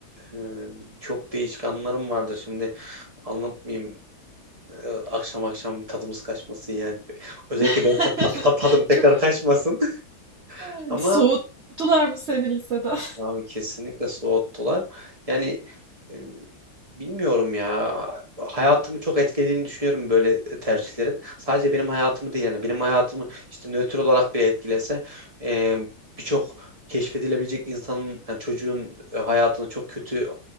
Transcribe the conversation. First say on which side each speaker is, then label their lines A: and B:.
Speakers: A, on the right; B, on the right.
A: e, çok değişik anılarım vardı şimdi. Anlatmayayım. Ee, Akşam akşam tadımız kaçmasın yani. Özellikle
B: <laughs>
A: benim ta- ta- ta- tadım tekrar
B: Çok
A: kaçmasın. <laughs>
B: evet,
A: Ama
B: soğuttular mı seni liseden?
A: abi kesinlikle soğuttular. Yani e, bilmiyorum ya. Hayatımı çok etkilediğini düşünüyorum böyle tercihlerin. Sadece benim hayatımı değil yani. Benim hayatımı işte nötr olarak bile etkilese e, birçok keşfedilebilecek insanın, yani çocuğun e, hayatını çok kötü